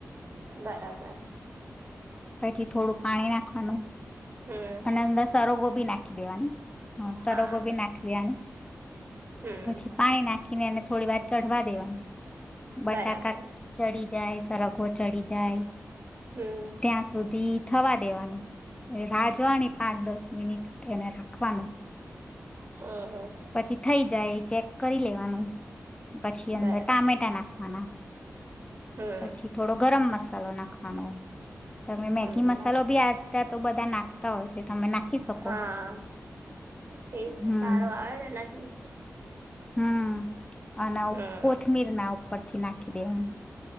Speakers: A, on the right; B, on the left.
A: બરાબર.
B: પછી થોડુંક પાણી નાખવાનું.
A: હમ
B: અને અંદર સરગોબી નાખી દેવાની સરગોબી
A: હા
B: નાખી દેવા
A: હમ
B: પછી પાણી નાખીને એને થોડી વાર ચઢવા દેવાનું બટાકા
A: બરાબર
B: ચડી જાય સરગો ચડી જાય.
A: હમ
B: ત્યાં સુધી થવા દેવાનું ને રાજ જોની પાંચ દસ મિનિટ એને રાખવાનું.
A: હમ
B: પછી થઈ જાય ચેક કરી લેવ વાનું પછી અંદર
A: બરાબર
B: ટામેટા નાખવાના
A: હમ
B: પછી થોડો ગરમ મસ સલો નાખવાનો તમે મેગી
A: હમ
B: મસાલો
A: બરાબર
B: બી આજ કા તો બધા નાખતા હોય છે તમે નાખી શકો
A: હા ટેસ્ટ
B: હમ્મ
A: સારો આવે ને એનાથી
B: હમ્મ અને
A: હમ
B: કોથમીર ના ઉપરથી નાખ દેવાની